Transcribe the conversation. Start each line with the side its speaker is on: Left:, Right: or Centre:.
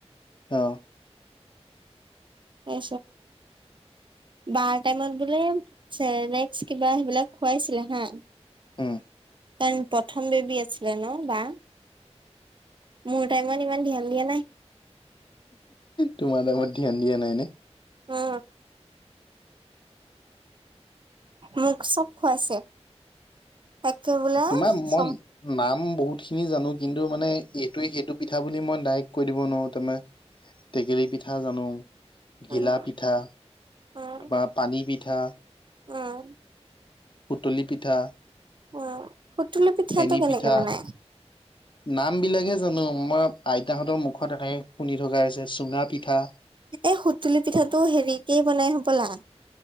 Left: অ,
Right: <unintelligible> বাৰ টাইমত বোলে চক্স কিবা সেইবিলাক খুৱাইছিলে হা
Left: হম।
Right: ত প্ৰথম বেবী আছিলে ন বা মোৰ টাইমত ইমান ধ্যান দিয়া নাই
Left: তোমাৰ টাইমত ধ্যান দিয়া নাই ন'
Right: উম মোক চব খুৱাইছে তাকে বোলে
Left: তোমাৰ মই
Right: চব
Left: নাম বহুত খিনি জানো কিন্তু মানে এইটোৱে সেইটো পিঠা বুলি মই ডাইৰেক্ট কৈ দিব নোৱাৰো তাৰমানে টেকেলী পিঠা জানো ঘিলা
Right: উম
Left: পিঠা
Right: উম
Left: তোমাৰ পানী পিঠা
Right: উম
Left: সুতুলি পিঠা
Right: উম সুতুলি পিঠাটো
Left: ফেনী
Right: কেনেকে
Left: পিঠা
Right: বনাই
Left: নাম বিলাকহে জানো আমাৰ আইতাহঁতৰ মুখত এনেকে শুনি থকা হৈছে চুঙা পিঠা
Right: এই সুতুলি পিঠাটো হেৰি কে বনাই হ'বলা